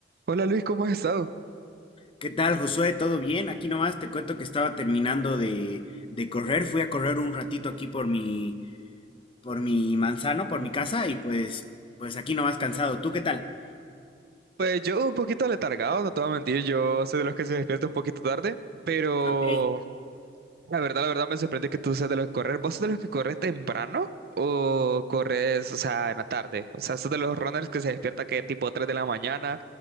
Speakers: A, on the right; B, on the left.
A: Hola Luis, ¿cómo has estado?
B: ¿Qué tal, Josué? ¿Todo bien? Aquí nomás te cuento que estaba terminando de, de correr. Fui a correr un ratito aquí por mi, por mi manzano, por mi
A: Ujú.
B: casa, y pues, pues aquí nomás cansado. ¿Tú qué tal?
A: Pues yo un poquito letargado, no te voy a mentir, yo soy de los que se despierta un poquito tarde, pero
B: Ok.
A: la verdad, la verdad me sorprende que tú seas de los que correr. ¿Vos sos de los que corres temprano o corres, o sea, en la tarde? O sea, sos de los runners que se despierta que tipo 3 de la mañana